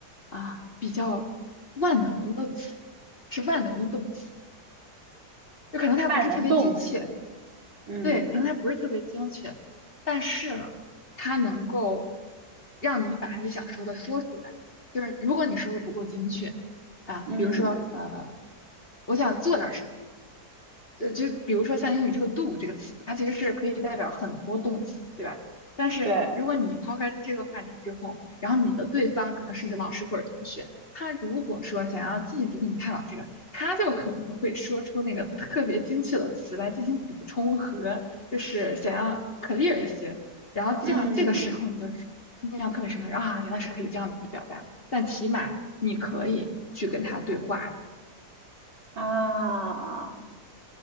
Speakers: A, on the left; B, on the right.
A: 啊比较万能的词，是万能的动词，就可能它不是特别精确，
B: 万能动词。嗯
A: 对，可能它不是特别精确，但是呢，它能够让你把你想说的说出来。就是如果你说的不够精确啊，
B: 嗯，
A: 比如说呃，我想做点什么。就就比如说像英语这个 do 这个词，它其实是可以代表很多动词，对吧？但是如果你抛开这个话题之后，
B: 对，
A: 然后你的对方可能是你的老师或者同学，他如果说想要进一步跟你探讨这个，他就可能会说出那个特别精确的词来进行补充和就是想要 clear 一些，然后这样这个时候你就
B: 嗯
A: 印象特别深刻啊，原来是可以这样表达，但起码你可以去跟他对话。
B: 啊，